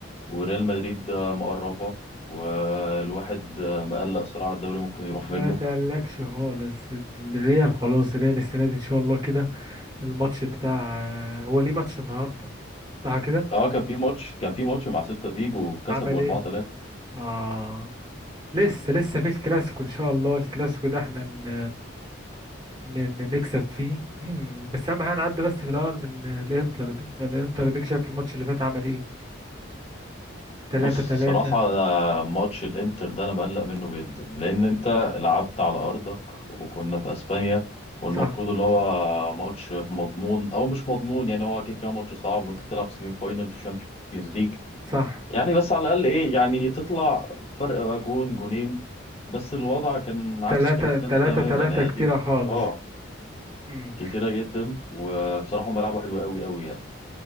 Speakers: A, on the left; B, on the right.
A: وريال مدريد مقربة والواحد مقلق صراحة الدوري ممكن يروح
B: ما
A: منه
B: تقلقش خالص الريال خلاص الريال السنة دي ان شاء الله كده الماتش بتاع هو ليه ماتش النهاردة صح كده
A: اه كان في ماتش كان في ماتش مع سيلتا فيجو كسبوا
B: عمل
A: 4-3
B: ايه اه لسه لسه في الكلاسيكو ان شاء الله الكلاسيكو ده احنا ن... ن... ن- نكسب فيه <clears throat> مم. بس اهم حاجة نعدي بس في الاول من الانتر ده لان الانتر ديك شايف الماتش اللي فات عمل ايه 3
A: بص
B: 3
A: الصراحة ماتش الانتر ده انا مقلق منه جدا لان انت لعبت على ارضك وكنا في اسبانيا والمفروض
B: صح
A: اللي هو ماتش مضمون او مش مضمون يعني هو كده كده ماتش صعب وانت بتلعب سيمي فاينل في الشامبيونز ليج
B: صح
A: يعني بس على الاقل ايه يعني تطلع فرق جون جونين بس الوضع كان عكس
B: تلاتة
A: كده
B: تلاتة
A: تماما
B: الموضوع تلاتة
A: يعني
B: ده كتيرة
A: دي
B: خالص
A: اه
B: مم.
A: كتيرة جدا وبصراحة هم لعبوا حلو قوي قوي يعني